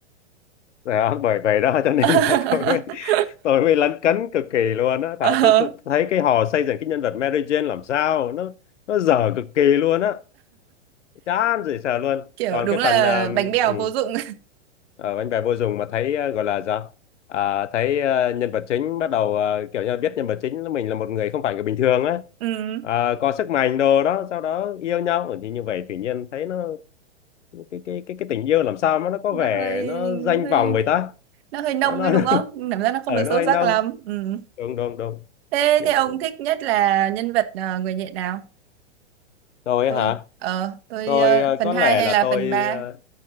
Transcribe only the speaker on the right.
<laughs>
Ờ,
kiểu
đúng
là
bánh bèo
vô dụng
<laughs> ừ,
nó
hơi
hơi
nó hơi nông
ấy
đúng không cảm giác nó không
được
sâu
sắc
lắm ừ.
thế
thế ông thích nhất là nhân vật ờ, người nhện nào
tôi
ờ tôi
ờ,
phần
2
hay
là
phần ba